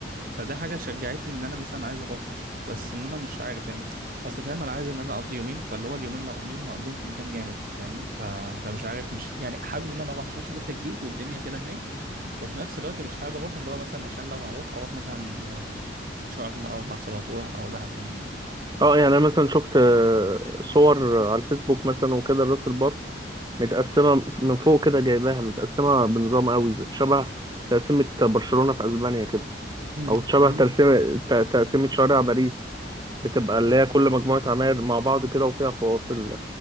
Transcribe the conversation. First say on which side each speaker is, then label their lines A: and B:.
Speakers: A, on the right (about 50°); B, on the right (about 20°).
A: فده حاجة شجعتني ان انا مثلا عايز اروحها بس ان انا مش عارف يعني اصل فاهم انا عايز ان انا اقضي يومين فاللي هو اليومين اللي اقضيهم اقضيهم في مكان جامد فاهمني ف... فمش عارف مش يعني حابب ان انا اروح عشان اشوف التجديد والدنيا كده هناك وفي نفس الوقت مش حابب اروح اللي هو مثلا عشان لو هروح اروح مثلا آه، شرم او مرسى مطروح او دهب فاهمني
B: اه يعني انا مثلا شفت آه، صور على الفيسبوك مثلا وكده راس البر متقسمه من فوق كده جايباها متقسمه بنظام قوي زي- شبه تقسيمه برشلونه في اسبانيا كده
A: امم
B: او شبه
A: فاهمني
B: تقسيمه ت- تقسيمه شوارع باريس بتبقى اللي هي كل مجموعه عماير مع بعض كده وفيها فواصل